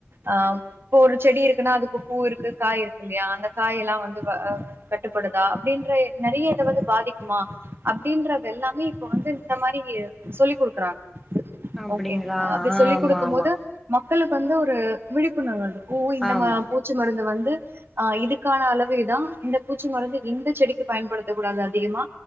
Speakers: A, on the right (about 65°); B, in the centre.
A: ஆஹ் இப்ப ஒரு செடி இருக்குன்னா அதுக்கு பூ இருக்கு காய் இருக்கு இல்லையா அந்த காய எல்லாம் வந்து கட்டுப்படுதா அப்புடின்ற நிறைய இத வந்து பாதிக்குமா அப்படின்றது எல்லாமே இப்ப வந்து இந்த மாதிரி சொல்லிக் கொடு இக்குராங்க
B: அப்டிங்களா
A: ஓகேங்களா அப்டி சொல்லி
B: ஆமா
A: கொடுக்கும்
B: ஆமா
A: போது மக்கள் மக்களுக்கு வந்து ஒரு விழிப்புணர்வு வருது ஓ இந்த
B: ஆமா
A: ம பூச்சி மருந்து வந்து ஆஹ் இதுக் காண அளவு இதான் இந்த பூச்சி மருந்து இந்த செடிக்கு பயன்படுத்தக் கூடாது அதிகமா